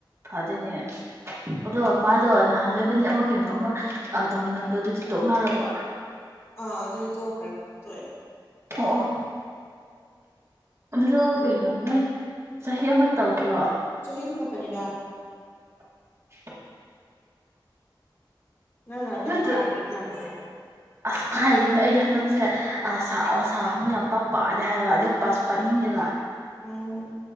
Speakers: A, on the right; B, on the left.
A: ꯐꯗꯣꯏꯅꯦ ꯑꯁ
B: ꯎꯝ
A: ꯑꯣꯗꯣ ꯃꯥ ꯑꯗꯣ ꯅꯍꯥꯟ ꯅꯣꯏꯕꯅꯤ ꯑꯃ ꯀꯩꯅꯣ ꯑꯃ ꯇꯧꯃꯤꯟꯅꯕꯗꯣ ꯑꯗꯨꯗꯤ ꯇꯣꯛꯅꯔꯕꯣ
B: ꯑꯥ ꯑꯗꯨꯗꯤ ꯇ ꯊꯣꯛꯈ꯭ꯔꯦ ꯇꯣꯛꯑꯦ
A: ꯑꯣꯑꯣ ꯑꯗꯨꯗꯣ
B: ꯑꯗꯨ
A: ꯀꯩꯅꯣ ꯅꯣꯏ ꯆꯍꯤ ꯑꯃ ꯇꯧꯕ꯭ꯔꯣ
B: ꯆꯍꯤ ꯑꯃ ꯈꯛꯇꯅꯤꯗ
A: <unintelligible>
B: ꯅ ꯅꯥꯛ ꯑꯗꯨ
A: ꯅꯣꯏꯗꯣ
B: ꯌꯥꯝ ꯄꯔꯒꯖꯝ ꯀ
A: ꯑꯁ ꯀꯥꯏꯗꯅꯣ ꯑꯩ ꯍꯟꯗꯛꯁꯦ ꯁꯥꯕ ꯌꯥꯝ ꯄꯥꯛ ꯄꯥꯗꯦ ꯍꯥꯏꯔ ꯑꯗꯨ ꯃꯄꯥꯁꯨ ꯄꯥꯅꯤꯡꯗꯦꯕ
B: ꯎꯝ